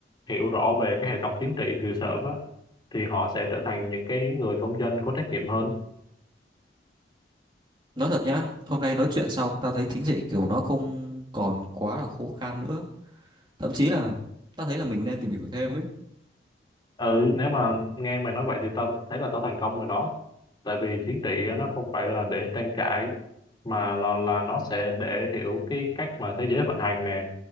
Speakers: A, on the left (about 25°); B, on the right (about 25°).
A: hiểu rõ về cái hệ thống chính trị từ sớm á thì họ sẽ trở thành những cái người công dân có trách nhiệm hơn
B: Nói thật nhá, hôm nay nói chuyện xong tao thấy chính trị kiểu nó không còn quá là khô khan nữa. Thậm chí là tao thấy là mình nên tìm hiểu thêm ấy.
A: ừ nếu mà nghe mày nói vậy thì tao thấy là tao thành công rồi đó tại vì chính trị nó không phải là để tranh cãi mà là, là nó sẽ để hiểu cái cách mà thế giới vận hành nè